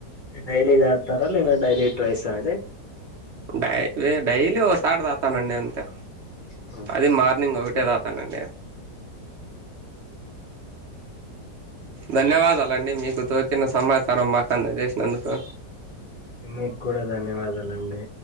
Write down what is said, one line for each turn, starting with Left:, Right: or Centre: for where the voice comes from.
Left: డైలీ తాగుతార లేద డైలీ ట్వైస్ ఆ అండి
Right: డై డైలీ ఓసార్ దాతానండి అంతే
Left: ఆ
Right: అది మార్నింగ్ ఒకటే తాగతానండి ధన్యవాదాలండి మీకు తోచిన సమాచారం మాకు అందజేసినందుకు
Left: మీకు కూడా ధన్యవాదాలండి